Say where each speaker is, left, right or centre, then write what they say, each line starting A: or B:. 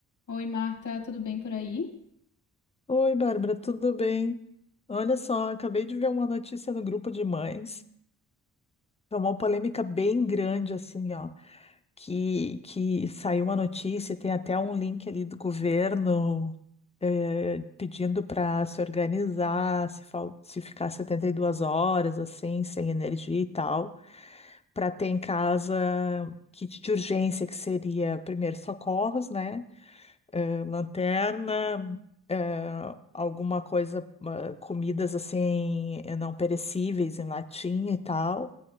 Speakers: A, on the left (about 55°); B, on the left (about 15°).
A: Oi, Marta, tudo bem por aí?
B: Oi, Bárbara, tudo bem? Olha só, acabei de ver uma notícia no grupo de mães. É uma polêmica bem grande, assim, ó, que, que saiu uma notícia, tem até um link ali do governo eh, pedindo para se organizar, se, fal- se ficar 72 horas, assim, sem energia e tal, para ter em casa kit de urgência, que seria primeiro socorros, né? eh, lanterna, eh, alguma coisa, ah, comidas assim, eh, não perecíveis em latinha e tal.